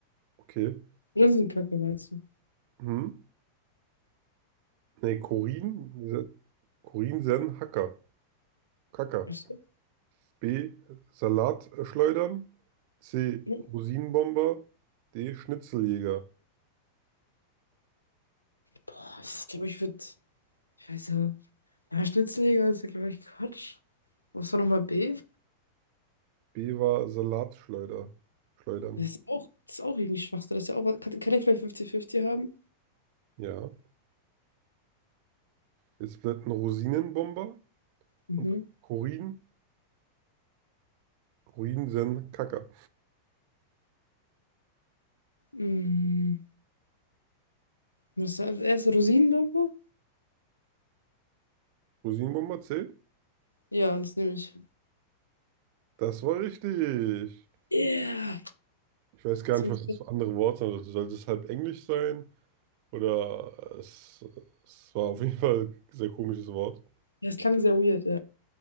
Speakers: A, on the right (about 45°); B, on the left (about 80°).
A: Okay.
B: Linsenkacke meinst du?
A: Hm? Nee, Korin, se, Korin, sen, Hacker. Kaka.
B: Ich, so,
A: B. Salatschleudern. C.
B: hm,
A: Rosinenbomber. D. Schnitzeljäger.
B: boah, ich glaube, ich würde. Ich weiß ja. Ja, Schnitzeljäger ist ja, glaube ich, Quatsch. Was war nochmal B?
A: B war Salatschleuder. Schleudern.
B: Das ist auch, das ist auch irgendwie Schwachsinn. Das ist ja auch was. Kann, kann ich vielleicht 50-50 haben?
A: Ja. Jetzt bleibt ein Rosinenbomber
B: Mhm.
A: und Korin. Korin sen Kaka.
B: Mm, muss da als erstes Rosinendampfer?
A: Rosinenbomber C.
B: Ja, das nehme ich.
A: Das war richtig.
B: Yeah!
A: Ich weiß gar
B: Das,
A: nicht, was das für andere Worte sind. Also Sollte es halb Englisch sein? Oder äh, es, es war auf jeden Fall ein sehr komisches Wort.
B: das klang sehr weird, ja.